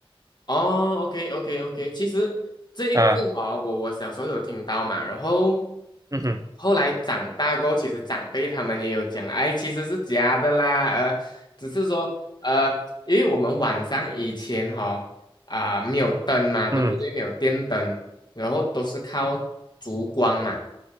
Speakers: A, on the left; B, on the right.
A: 哦，OK OK OK，其实这一个哦，
B: 啊、
A: 我我小时候有听到嘛，然后
B: 嗯哼
A: 后来长大过后其实长辈他们也有讲，哎，其实是假的啦，呃，只是说呃，因为我们晚上以前哈、啊、没有灯嘛，对不对？
B: 嗯，
A: 没有电灯，然后都是靠烛光嘛。